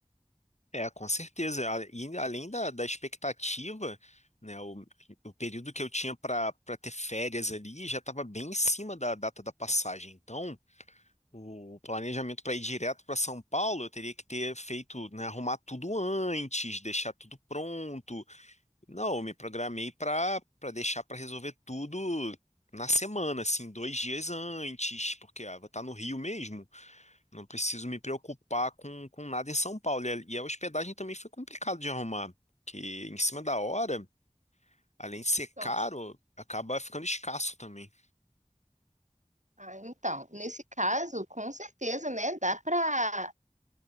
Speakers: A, on the left; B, on the right.
A: É, com certeza. A- E além da, da expectativa, né, o, o período que eu tinha para para ter férias ali já estava bem em cima da data da passagem. Então, o planejamento para ir direto para São Paulo, eu teria que ter feito, né, arrumar tudo antes, deixar tudo pronto. Não, eu me programei para para deixar para resolver tudo na semana, assim, dois dias antes, porque ah, vou estar no Rio mesmo. Não preciso me preocupar com, com nada em São Paulo. E a, e a hospedagem também foi complicado de arrumar, porque em cima da hora, além de ser
B: Então,
A: caro, acaba ficando escasso também.
B: Ah, então, nesse caso, com certeza, né, dá para